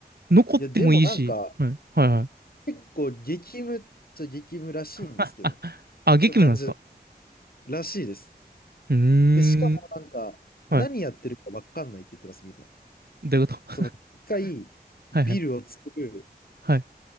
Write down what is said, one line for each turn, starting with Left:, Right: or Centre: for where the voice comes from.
Right: 残ってもいいし。
Left: いや、でもなんか、
Right: はいはいはい。
Left: 結構激務っちゃ激務らしいんですけどね。
Right: あ、あ、あ激務なんですか。
Left: 聞く感じらしいです。
Right: うー
Left: で、しかもなんか、
Right: ん。
Left: 何やってるかわかんないって言ってます、
Right: はい
Left: みんな。
Right: どういうこと <laughs>
Left: その、一回、
Right: はいはい。
Left: ビルを作る、
Right: はい。